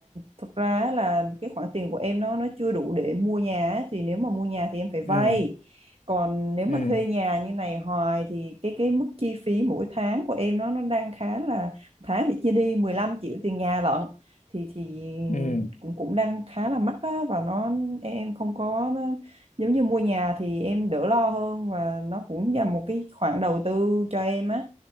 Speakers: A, on the right; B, on the left.
A: thực ra là cái khoản tiền của em nó nó chưa đủ để mua nhà á, thì nếu mà mua nhà thì em phải vay
B: ừ
A: còn nếu mà
B: ừ
A: thuê nhà như này hoài thì cái cái mức chi phí mỗi tháng của em nó nó đang khá là tháng phải chia đi 15 triệu tiền nhà lận thì thì
B: ừ
A: cũng cũng đang khá là mắc á và nó em không có nó, giống như mua nhà thì em đỡ lo hơn và nó cũng là một cái khoản đầu tư cho em á